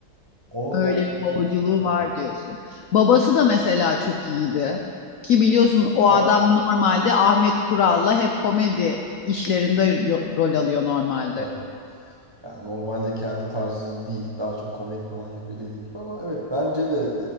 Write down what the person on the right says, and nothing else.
Onu
gerçekten
yani.
Var.
Evet. yani normalde kendi tarzı değil. Daha çok komedi falan yapıyor dediğin gibi ama evet bence de